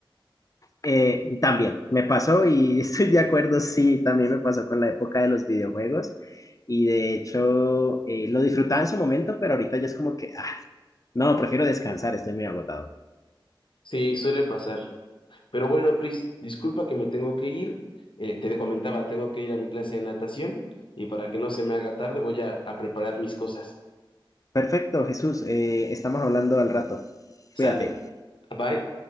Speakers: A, on the left (about 40°); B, on the left (about 70°).
A: Eh, también me pasó y <laughs> estoy de acuerdo, sí, también me pasó con la época de los videojuegos y de hecho eh, lo disfrutaba en su momento, pero ahorita ya es como que, ah, no, prefiero descansar, estoy muy agotado.
B: Sí, suele pasar. Pero bueno, Cris, disculpa que me tengo que ir. Eh, te comentaba, tengo que ir a mi clase de natación y para que no se me haga tarde voy a, a preparar mis cosas.
A: Perfecto, Jesús, eh, estamos hablando al rato.
B: Sale.
A: Cuídate.
B: Bye.